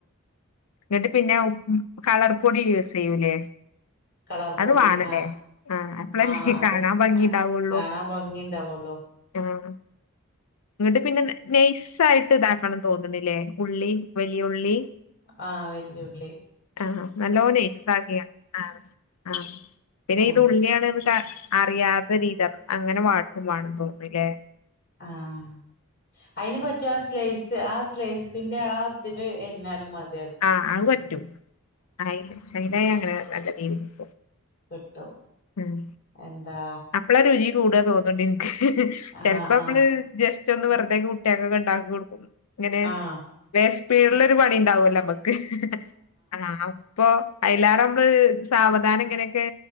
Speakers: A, on the left; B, on the left.
A: ന്നിട്ട് പിന്നെ ഉം ഉം കളർപ്പൊടി യൂസ് ചെയ്യൂലേ
B: കളർപ്പൊടി
A: അത് വേണല്ലേ
B: ആഹ്
A: ആ അപ്പളല്ലേ
B: ആഹ് അത്
A: കാണാൻ ഭംഗിണ്ടാവുള്ളൂ
B: കാണാൻ ഭംഗി ഉണ്ടാവുള്ളൂ
A: ആഹ് ഇങ്ങട്ട് പിന്നെ നെയസായിട്ട് ഇതാക്കണം തോന്ന്ണ്ല്ലേ ഉള്ളി വലിയ ഉുള്ളി
B: ആഹ് വല്ലയുള്ളി
A: ആഹ് നല്ലോെനേയ്സാക്കിയ ആ ആ് പിന്നെ
B: ആഹ്
A: ഇത് ഉള്ളിയണ ട്ട അറിയാത്ത രീതി അങ്ങനെ വാട്ടും വേണം തോന്നില്ലേ
B: ആഹ് അയിന് പറ്റു ആ സ്ലൈസ് ആ സ്ലൈസിന്റെ ആ അതില് എര്ഞാലും മതി
A: ആഹ് അഹ് പറ്റും അയിൽ അയിലെ അങ്ങനെ നല്ല രീതിക്കും
B: കിട്ടു
A: ഉം
B: എന്താ
A: അപ്പളാ രുചി കൂട തോന്ന്ണ്ട് ഇൻക്ക്
B: ആഹ്
A: ചിലപ്പോ അപ്പള്
B: ആഹ്
A: ജസ് ചൊന്ന് വെറുതേക്ക് കുട്ടികൊക്കെ ഉണ്ടാക്കി കൊടുക്കും ഇങ്ങനെ
B: ആഹ്
A: വേസ്പീട്ലൊരു പണി ണ്ടാവുല്ലോ നമക്ക് ആഹ് ഇപ്പൊ അയ്ലേറമ്മള് സാവധാനങ്ങനെക്കെ